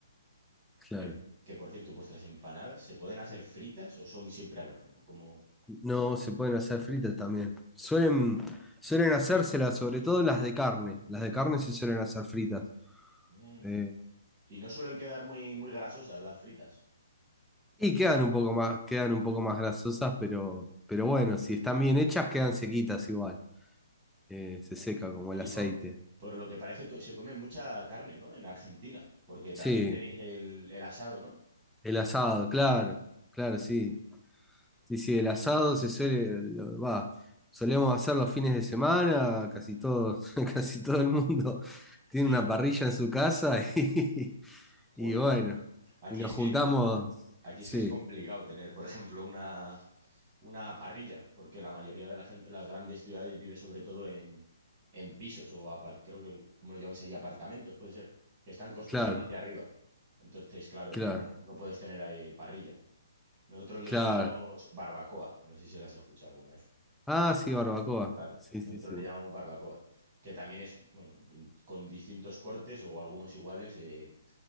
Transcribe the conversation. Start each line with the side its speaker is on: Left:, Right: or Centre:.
Centre: Claro.
Right: Que, que, por cierto, vuestras empanadas se pueden hacer fritas o son siempre al horno, como
Centre: No, se pueden hacer fritas también. Suelen, suelen hacérselas, sobre todo las de carne. Las de carne sí suelen hacer fritas.
Right: mm,
Centre: Eh,
Right: y no suelen quedar muy muy grasosas las fritas. O
Centre: y
Right: está
Centre: quedan un poco más, quedan un poco más grasosas, pero, pero bueno, si están bien hechas, quedan sequitas igual. Eh, se seca como
Right: allí
Centre: el aceite.
Right: por, por lo que parece que se come mucha carne, ¿no? En Argentina, porque
Centre: Sí,
Right: también tenéis el, el asado, ¿no?
Centre: El asado, claro, claro, sí. Sí, sí, el asado se suele, lo- va, solemos hacer los fines de semana, casi todo, <laughs> casi todo el mundo tiene
Right: Sí.
Centre: una parrilla en su casa <laughs> y,
Right: Joder.
Centre: y bueno,
Right: Aquí
Centre: y nos
Right: es
Centre: juntamos,
Right: que aquí
Centre: sí,
Right: es que es complicado tener, por ejemplo, una una parrilla, porque la mayoría de la gente en las grandes ciudades vive sobre todo en, en pisos o apart- creo que, ¿cómo lo llamáis allí? Apartamentos, puede ser, que están construidos
Centre: claro,
Right: hacia arriba. Entonces, claro,
Centre: claro,
Right: no, no puedes tener ahí parrilla. Nosotros lo
Centre: claro.
Right: llamamos barbacoa, que no sé si las escuchado alguna vez.
Centre: Ah, sí, barbacoa,
Right: Claro,
Centre: sí,
Right: nosotros
Centre: sí, sí,
Right: le llamamos barbacoa, que también es, bueno, con distintos cortes o algunos iguales, eh,